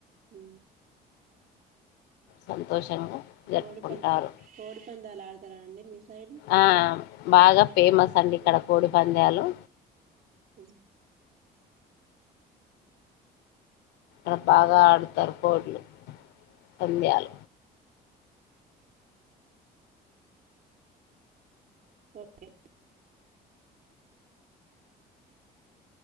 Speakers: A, on the right (about 60°); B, on the left (about 85°).
A: అ
B: సంతోషంగా జరుపుకుంటారు
A: కోడిప కోడిపందాలు ఆడుతారా అండి మీ సైడ్
B: ఆ బాగా ఫేమస్ అండి ఇక్కడ కోడి పందలు
A: సే
B: అడ బాగా ఆడుతారు కోడ్లు పందలు
A: ఓకే